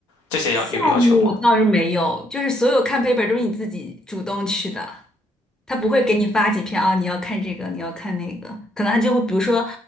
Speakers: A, on the left; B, in the centre.
A: 这些要有要求吗？
B: 项目倒是没有，就是所有看 paper 都是你自己主动去的，他不会给你发几篇啊，你要看这个，你要看那个，可能他就会比如说